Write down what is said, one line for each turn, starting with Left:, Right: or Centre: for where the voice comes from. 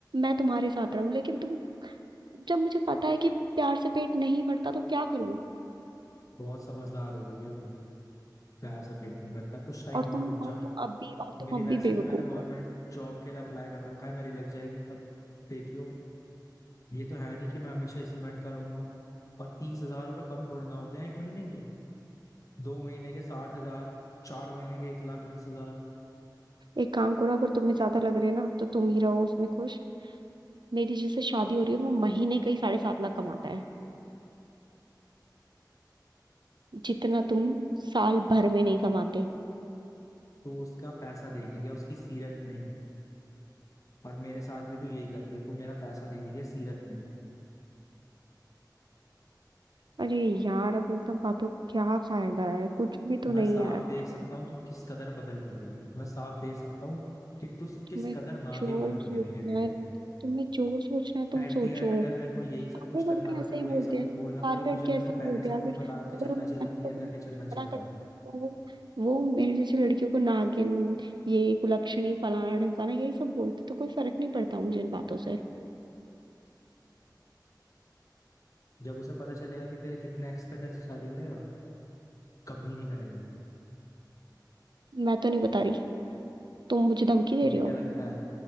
Right: मैं तुम्हारे साथ रहूं लेकिन तुम जब मुझे पता है कि प्यार से पेट नहीं भरता तो क्या करूं
Left: बहुत समझदार हो गई है तू प्यार से पेट नहीं करता कुछ टाइम
Right: और
Left: और
Right: तुम
Left: रुक जा
Right: और तुम अब भी और तुम
Left: मेरी
Right: अब
Left: वैसे
Right: भी बेवकूफ
Left: भी मैंने गवर्नमेंट
Right: हो
Left: जॉब के लिए अप्लाई कर रखा है मेरी लग जाएगी तब देखियो ये तो है नहीं कि मैं हमेशा इसी में अटका रहूंगा और तीस हजार रुपये कम थोड़े ना होते हैं एक महीने के दो महीने के साठ हजार चार महीने के एक लाख बीस हजार
Right: एक काम करो अगर तुम्हें ज्यादा लग रहा है ना तो तुम ही रहो उसमें खुश मेरी जिससे शादी हो रही है वो महीने का ही साढ़े सात लाख कमाता है जितना तुम साल भर में नहीं कमाते
Left: तो उसका पैसा देख लिया उसकी सीरत नहीं और मेरे साथ भी तू यही कर रही है तू मेरा पैसा देख लिया सीरत नहीं
Right: अरे यार अब इन सब बातों का क्या फायदा है कुछ भी तो नहीं
Left: मैं साफ
Right: है।
Left: देख सकता हूँ तू किस कदर बदल रही है मैं साफ देख सकता हूँ कि तू किस
Right: तुम्हें
Left: कदर नागिन
Right: जो
Left: बन रही
Right: सोचना
Left: है धीरे धीरे
Right: है तुम्हें जो सोचना है तुम
Left: एट
Right: सोचो
Left: दी एंड अगर मेरे को यही सब
Right: सारे
Left: कुछ करना
Right: लड़के
Left: था
Right: ऐसा
Left: तेरे
Right: ही
Left: को
Right: बोलते
Left: यही सब
Right: हैं
Left: कुछ
Right: सारे
Left: बोलना था तो
Right: लड़के
Left: तुझे मेरे
Right: ऐसे
Left: को पहले
Right: ही बोलते
Left: ही सब
Right: हैं अगर
Left: कुछ बता के
Right: अगर
Left: चलना
Right: उन्हें
Left: चाहिए था
Right: अनपसंद
Left: क्लियर करके चलना
Right: है,
Left: चाहिए
Right: मना करते
Left: था
Right: हैं, तो वो वो मेरे जैसी लड़कियों को नागिन ये कुलक्षणी फलाना ढिमकाना यही सब बोलते हैं, तो कोई फर्क नहीं पड़ता मुझे इन बातों से
Left: जब उसे पता चलेगा कि तेरे कितने एक्स थे तेरे से शादी करेगा कभी नहीं करेगी
Right: मैं तो नहीं बता रही तुम मुझे धमकी दे
Left: तुझे
Right: रहे हो
Left: क्या लगता है